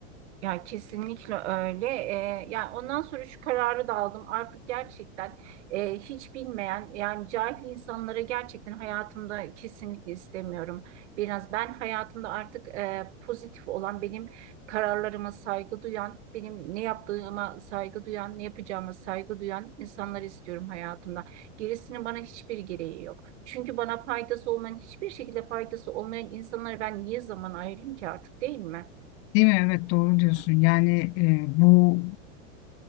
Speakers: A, on the right (about 60°); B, on the left (about 35°).
A: Ya kesinlikle öyle. Ee, yani ondan sonra şu kararı da aldım. Artık gerçekten e, hiç bilmeyen yani cahil insanlara gerçekten hayatımda kesinlikle istemiyorum. Biraz ben hayatımda artık e, pozitif olan, benim kararlarıma saygı duyan, benim ne yaptığıma saygı duyan, ne yapacağıma saygı duyan insanları istiyorum hayatımda. Gerisinin bana hiçbir gereği yok. Çünkü bana faydası olmayan, hiçbir şekilde faydası olmayan insanlara ben niye zaman ayırayım ki artık değil mi?
B: Değil mi? Evet doğru diyorsun.
A: Ya.
B: Yani e, bu